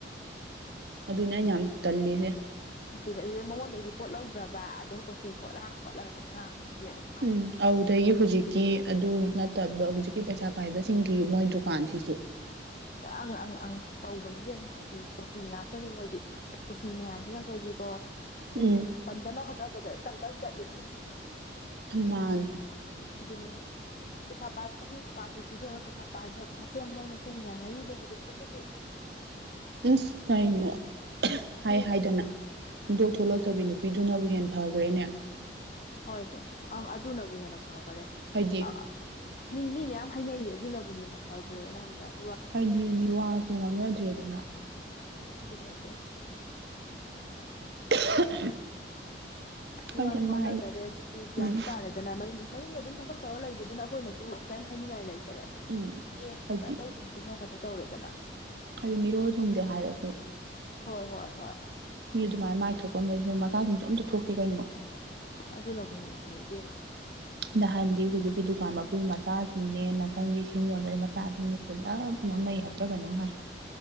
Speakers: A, on the right; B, on the left.
A: ꯑꯗꯨꯅꯦ ꯌꯥꯝ ꯇꯜꯂꯤꯁꯦ
B: ꯑꯗꯨꯗ ꯑꯗꯨꯗ ꯃꯉꯣꯟꯗꯒꯤ ꯄꯣꯠ ꯂꯧꯗ꯭ꯔꯕ ꯑꯗꯨꯝ ꯀꯣꯆꯤ ꯀꯣꯠꯂꯥꯡ ꯈꯣꯠꯂꯒ ꯑꯗꯨꯝ ꯉꯥꯡꯕꯅꯤ ꯏꯕꯦꯝꯃ ꯫
A: ꯎꯝ ꯑꯗꯨꯗꯒꯤ ꯍꯧꯖꯤꯛꯀꯤ ꯑꯗꯨ ꯅꯠꯇꯕ ꯍꯧꯖꯤꯛꯀꯤ ꯄꯩꯁꯥ ꯄꯥꯏꯕꯁꯤꯡꯒꯤ ꯃꯣꯏ ꯗꯨꯀꯥꯟꯁꯤꯁꯨ ꯫
B: <inaudible> ꯑꯪ ꯑꯪ ꯑꯪ ꯇꯧꯕꯅꯤ ꯏꯕꯦꯝꯃ ꯀꯣꯆꯤ ꯀꯣꯆꯤ ꯉꯥꯛꯇꯅꯦ ꯃꯣꯏꯗꯤ ꯀꯣꯆꯤ ꯃꯌꯥꯝꯁꯤꯅ ꯑꯩꯈꯣꯏꯗꯤ ꯫ ꯑꯣ ꯁꯤ
A: ꯎꯝ
B: ꯄꯟꯗꯅ ꯍꯣꯠꯅꯕꯗ ꯁꯤ ꯇꯞ ꯇꯞ ꯆꯠꯂꯤꯅꯤ ꯫
A: ꯃꯥꯅꯤ
B: ꯑꯗꯨꯅꯦ ꯄꯩꯁꯥ ꯄꯥꯏꯕꯒꯤ ꯗꯨꯀꯥꯟꯁꯤꯁꯨ ꯏꯕꯦꯝꯃ ꯄꯩꯁꯥ ꯄꯥꯏꯕ ꯃꯁꯦꯝ ꯃꯣꯏ ꯃꯁꯦꯝ ꯌꯥꯅꯔꯤꯅꯦ ꯍꯧꯖꯤꯛꯐꯥꯎꯀꯤꯗꯤ ꯫
A: ꯏꯁ ꯀꯔꯤꯅꯣ ꯍꯥꯏ
B: ꯃꯤ
A: ꯍꯥꯏꯗꯅ ꯁꯨꯡꯗꯣꯛ ꯊꯣꯛꯂꯛꯇꯕꯤ ꯅꯨꯄꯤꯗꯨꯅꯕꯨ ꯍꯦꯟꯅ ꯐꯈ꯭ꯔꯦꯅꯦ ꯫
B: ꯍꯣꯏꯅꯦ ꯑꯪ ꯑꯗꯨꯅꯕꯨ ꯍꯦꯟꯅ ꯐꯈꯔꯦ
A: ꯍꯥꯏꯗꯤ
B: ꯑꯥ ꯃꯤ ꯃꯤ ꯃꯌꯥꯝ ꯍꯥꯏꯅꯩꯌꯦ ꯑꯗꯨꯅꯕꯨ ꯍꯦꯟꯅ ꯐꯈ꯭ꯔꯦ ꯍꯥꯏꯅꯈꯪꯕꯔꯥ ꯫
A: ꯍꯥꯏꯗꯤ ꯃꯤ ꯋꯥꯁꯨ ꯉꯥꯡꯅꯗ꯭ꯔꯦꯗꯅ
B: ꯑꯗꯨꯅꯁꯦ ꯫
A: <unintelligible>
B: ꯃꯤꯋꯥꯁꯨ
A: ꯍꯥꯏꯁꯦ
B: ꯉꯥꯡꯅꯗꯔꯦ
A: ꯃꯥꯏ
B: ꯑꯗꯨꯗꯤ ꯒ꯭ꯌꯥꯟꯁꯨ
A: ꯎꯝ
B: ꯇꯥꯔꯦ ꯗꯅ ꯃꯌꯨꯝꯗ ꯑꯗꯨꯝ ꯊꯕꯛ ꯇꯧꯔ ꯂꯩꯕꯗꯨꯅ ꯑꯩꯈꯣꯏꯅꯁꯨ ꯀꯔꯤꯝ ꯍꯥꯏꯅꯤꯡꯉꯥꯏ ꯂꯩꯇꯔꯦ
A: ꯎꯝ
B: ꯫ ꯌꯦꯡꯕꯗ
A: ꯍꯥꯏꯗꯤ
B: ꯑꯇꯩꯁꯤꯡꯁꯤꯅ ꯀꯩꯅꯣ ꯇꯧꯔꯦꯗꯅ
A: ꯍꯥꯏꯗꯤ ꯃꯤꯔꯣꯜ ꯊꯣꯡꯗꯦ ꯍꯥꯏꯔꯁꯨ ꯫
B: ꯍꯣꯏ ꯍꯣꯏ ꯍꯣꯏ
A: ꯃꯤ ꯑꯗꯨꯃꯥꯏꯅ ꯃꯥꯏ ꯊꯣꯛꯄ ꯑꯃ ꯂꯩ ꯃꯆꯥꯁꯤꯡꯁꯨ ꯑꯝꯇ ꯊꯣꯛꯇꯦ ꯀꯩꯅꯣ ꯫
B: ꯑꯗꯨꯅꯕꯨ ꯍꯦꯟꯅ ꯐꯩ ꯏꯕꯦꯝꯃꯥ
A: ꯅꯍꯥꯟꯗꯤ ꯍꯧꯖꯤꯛꯀꯤ ꯗꯨꯀꯥꯟ ꯃꯄꯨꯒꯤ ꯃꯆꯥꯁꯤꯡꯅꯦ ꯅꯥꯀꯟꯒꯤ ꯁꯤꯡ ꯌꯣꯟꯕꯒꯤ ꯃꯆꯥꯁꯤꯡꯅꯦ ꯄꯨꯂꯞ ꯉꯥꯡꯅꯩ ꯍꯥꯏꯕ꯭ꯔꯥ ꯀꯩꯅꯣꯝ ꯍꯥꯏ ꯫